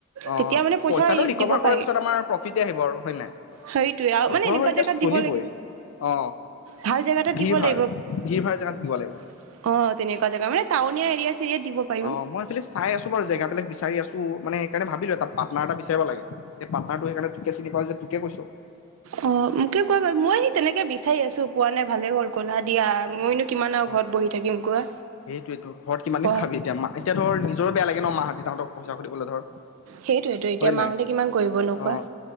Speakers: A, on the left (about 80°); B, on the right (about 90°).
A: অ
B: তেতিয়া মানে পইচা
A: পইচাটো ৰিকভাৰ
B: দিব
A: কৰাৰ
B: পাৰি
A: পিছত আমাৰ প্ৰফিটে আহিব আৰু হয় নাই
B: সেইটোয়ে আৰু মানে
A: ধৰ
B: এনেকুৱা
A: এতিয়া
B: জেগাত
A: চলিবই
B: দিব লাগিব
A: অ
B: ভাল জেগাতে
A: ভিৰ
B: দিব
A: ভাৰ
B: লাগিব অঁ
A: ভিৰ ভাৰ জেগাত দিব লাগিব
B: তেনেকুৱা যেগা মানে টাউনীয়া। এৰিয়া চেৰিয়াত দিব পাৰিম
A: অ মই আচালি চাই আছো বাৰু জেগাবিলাক বিচাৰি আছো মানে সেইকাৰণে ভাবিলো তাত পাৰ্টনাৰ এটা বিচাৰ লাগে। <inaudible> পাৰ্টনাৰটো সেইকাৰণে <inaudible> তোকে চিনি পাওঁ যে, তোকে কৈছো।
B: অ মোকে কোৱা বাৰু মই সেই তেনেকে বিচাৰি আছো পোৱা নাই ভালে কল কলা দিয়া মইনো <inaudible>
A: অ
B: ঘৰত বহি থাকিম কোৱা
A: সেইটোৱেটো ঘৰত কিমান
B: পঢ়া
A: দিন খাবি এতিয়া মা এতিয়া ধৰ নিজৰ বেয়া লাগে ন মা হত দেৱতা হত পইচা সুধিবলৈ ধৰ।
B: সেইটোৱেতো এতিয়া
A: হয়
B: মাহঁতে
A: নাই?
B: কিমান কৰিব নো
A: অঁ
B: কোৱা